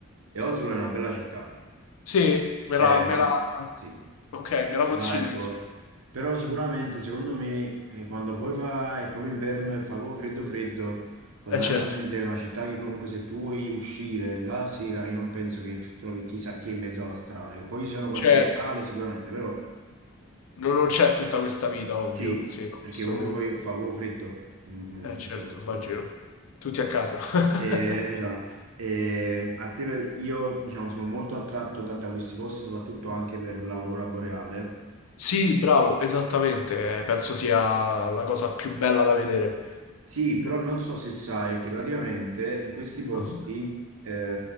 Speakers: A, on the right (about 85°); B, on the left (about 80°).
A: E Oslo è una bella città,
B: Sì, me
A: cioè
B: la, me
A: sì,
B: la,
A: sì,
B: ok, me la consigli,
A: là ecco.
B: insomma.
A: Però sicuramente secondo me eh, quando poi fa, è proprio inverno e fa proprio freddo freddo, fondamentalmente
B: Eh certo,
A: è una città che comunque se tu vuoi uscire la sera io non penso che trovi chissà che in mezzo alla strada, che poi ci sono qualche
B: certo.
A: locale sicuramente, però
B: Non non c'è tutta questa vita, ovvio.
A: sì,
B: Sì, no,
A: perché
B: questo
A: comunque
B: lo...
A: poi fa proprio freddo in
B: Eh certo,
A: in quei posti
B: immagino.
A: là.
B: Tutti a casa.
A: Eh,
B: <laughs>
A: esatto, Eh, a te- per- io diciamo sono molto attratto da, da questi posti, soprattutto anche per l'aurora boreale.
B: Sì, bravo, esattamente. eh, Penso sia la cosa più bella da vedere.
A: Sì, però non so se sai che praticamente in questi posti
B: Ah.
A: eh,